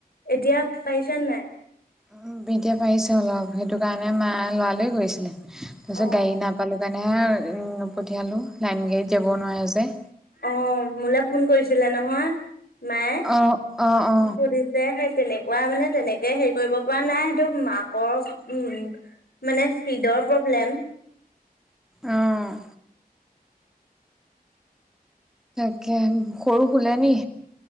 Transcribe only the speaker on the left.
এতিয়া পাইছেনে নাই
অ
অ মোলে ফোন কৰিছিলে নহয় মায়ে
সুধিছে সেই তেনেকুৱা মানে তেনেকে হেৰি কৰিব পৰা নাই সেইটো মাকৰ উম মানে ফ্ৰীডৰ প্ৰব্লেম